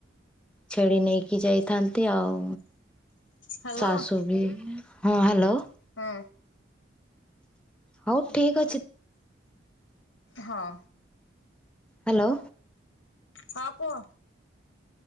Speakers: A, in the centre; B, on the left (about 80°).
A: ଛେଳି ନେଇକି ଯାଇଥାନ୍ତି ଆଉ।
B: ହ୍ୟାଲୋ
A: ଶାଶୁ ବି ହଁ ହାଲୋ।
B: ହଁ।
A: ହଉ ଠିକ୍ ଅଛି।
B: ହଁ।
A: ହାଲୋ।
B: ହଁ କୁଅ।